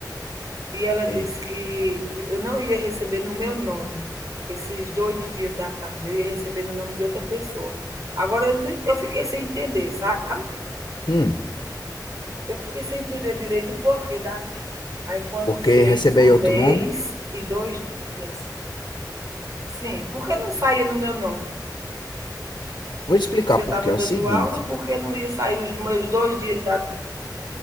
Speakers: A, on the right; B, on the left.
A: E ela disse
B: ei.
A: que eu não ia receber no meu nome esses 2 dias da tarde, eu ia receber no nome de outra pessoa. Agora eu eu fiquei sem entender, sabe?
B: Hum,
A: Eu fiquei sem entender direito o porquê daquilo. Aí quando
B: porque
A: fez
B: receber
A: um
B: outro
A: mês
B: nome?
A: e dois, dias sim, por que não saía no meu nome?
B: Vou te explicar
A: Se eu estava
B: porque é
A: dando
B: o seguinte.
A: aula, por que não ia sair os meus 2 dias da